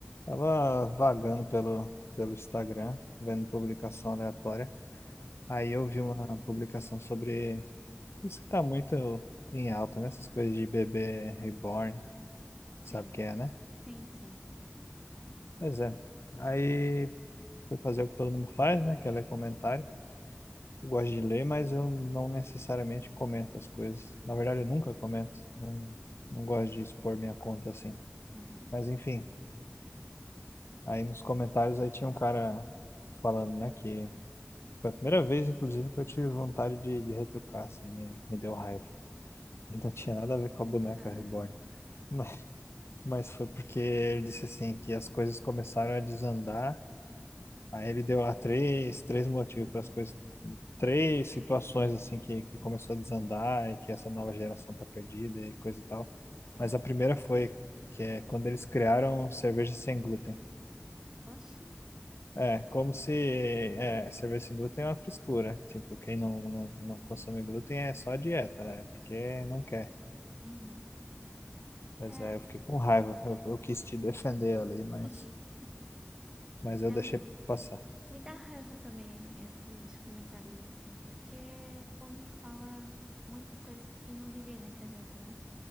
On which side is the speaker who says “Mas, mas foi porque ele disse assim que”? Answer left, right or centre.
Left